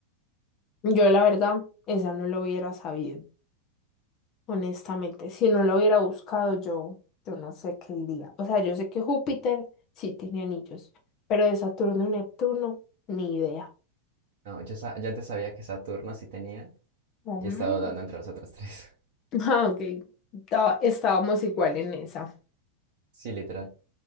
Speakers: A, on the left; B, on the right.
A: Yo la verdad, esa no lo hubiera sabido, honestamente. Si no lo hubiera buscado, yo, yo no sé qué diría. O sea, yo sé que Júpiter sí tiene anillos, pero de Saturno y Neptuno, ni idea.
B: No, yo, sa- yo antes sabía que Saturno sí tenía,
A: Ujú.
B: Y he estado dando
A: <laughs>
B: entre los otros tres. <laughs>
A: Ah, ok. Estaba- estábamos igual en esa.
B: Sí, literal.